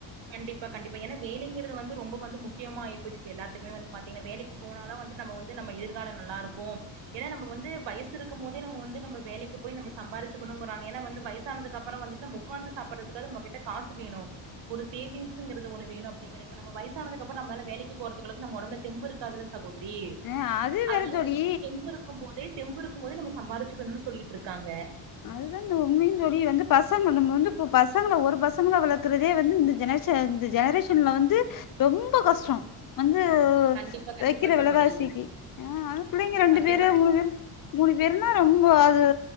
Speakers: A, on the right; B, on the left.
A: கண்டிப்பா கண்டிப்பா ஏனா வேலைங்கிறது வந்து ரொம்போ வந்து முக்கியமா ஆயி போச்சு இப்ப எல்லாத்துக்குமே வந்து பாத்தீங்ன்னா வேலைக்கி போனாதா வந்து நம்ம வந்து நம்ம எதிர்காலோ நல்லாருக்கு ஏனா நம்ம வந்து வயசு இருக்கும் போதே நம்ம வந்து நம்ப வேலைக்கு போய் நம்ப சம்பாரிச்சுக்கணுங்கறாங்க ஏனா வந்து வயசானதுக்கு அப்றோ வந்து நம்போ உக்காந்து சாப்பட்றதுக்காது நம்மகிட்ட காசு வேணு. ஒரு சேவிங்ஸ்ங்கிறது ஒன்னு வேணு அப்டிங்கிறே இப்ப நம்ம வயசானதுக்கப்ற நம்மால வேலைக்கு போறதுக்கு அளவுக்கு நம்ம ஒடம்ப்ல தெம்பு இருக்காதுல்லஸ் சகோதரி
B: ஆ அது
A: அதனால
B: வேற தோழி
A: வந்துட்டு தெம்பு இருக்கும்போதே தெம்பு இருக்கும் போதே நம்ம சம்பாரிச்சுக்கணுன் சொல்லிட்ருக்காங்க.
B: அதுதா இந்த உண்மையுந் தோழி வந்து பசங்க நம்ம வந்து ப்போ பசங்கள ஒரு பசங்கள வளக்கறதே வந்து இந்த ஜெனரேஷ் ச்ச இந்த ஜெனரேஷன்ல வந்து
A: கண்டிப்
B: ரொம்ப கஷ்டோ. வந்து
A: கண்டிப்பா கண்டிப்பா
B: வெக்கிற வெலவாசிக்கி
A: சகோதரி
B: ஆ அது புள்ளைங்க ரெண்டு
A: கண்டிப்பா
B: பேரு மூணு பேரு மூணு பேருனா ரொம்போ அது